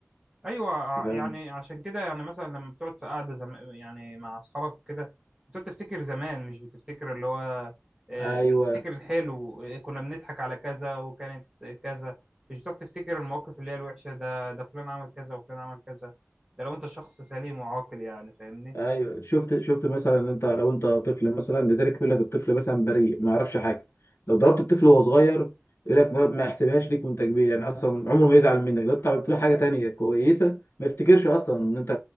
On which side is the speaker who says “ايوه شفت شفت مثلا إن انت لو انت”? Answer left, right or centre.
Left